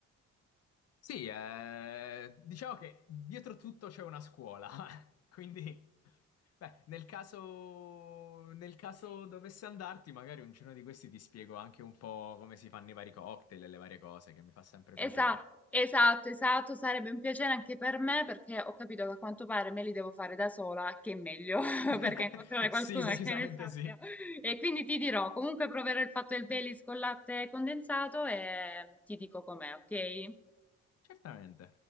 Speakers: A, on the left; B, in the centre.
A: Sì, eh, diciamo che dietro tutto c'è una scuola, <laughs> quindi beh, nel caso, nel caso dovesse andarti, magari un giorno di questi ti spiego anche un po' come si fanno i vari cocktail e le varie cose, che mi fa sempre
B: Esa-
A: piacere.
B: esatto, esatto, sarebbe un piacere anche per me perché ho capito che a quanto pare me li devo fare da sola, che è meglio, <laughs>
A: <laughs>
B: perché incontrare qualcuno
A: Sì, decisamente
B: che ne sappia.
A: sì.
B: E quindi ti dirò, comunque proverò il fatto del Baileys con latte condensato e ti dico com'è, ok?
A: Certamente.